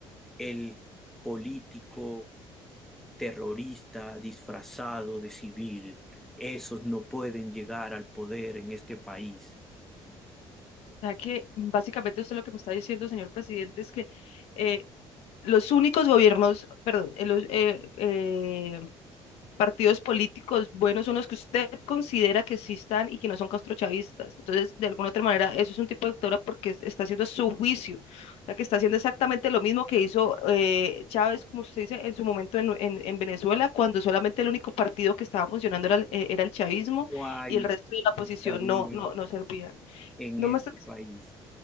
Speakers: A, in the centre; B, on the left.
A: el político terrorista disfrazado de civil. Esos no pueden llegar al poder en este país.
B: O sea que básicamente usted lo que me está diciendo, señor presidente, es que eh, los únicos gobiernos, perdón, eh, los, eh, eh, partidos políticos buenos son los que usted considera que existan y que no son castrochavistas. Entonces, de alguna otra manera, eso es un tipo de dictadura porque es- está haciendo su juicio, o sea, que está haciendo exactamente lo mismo que hizo eh, Chávez, como usted dice, en su momento en, en- en Venezuela, cuando solamente el único partido que estaba funcionando era, el eh, era el chavismo
A: No hay
B: y el resto de la oposición
A: dictadura
B: no, no, no servía.
A: en
B: No
A: este
B: me está
A: país.